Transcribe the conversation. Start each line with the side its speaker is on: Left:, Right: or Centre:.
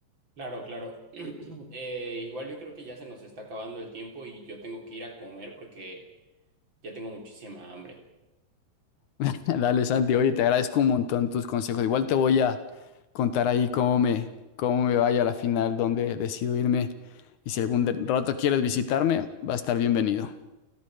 Right: Claro, claro. <clears throat> Eh, igual yo creo que ya se nos está acabando el tiempo y yo tengo que ir a comer porque ya tengo muchísima hambre.
Left: <laughs> Dale, Santi, oye, te agradezco un montón tus consejos. Igual te voy a contar ahí cómo me, cómo me vaya a la final, dónde decido irme, y si algún de- rato quieres visitarme, va a estar bienvenido.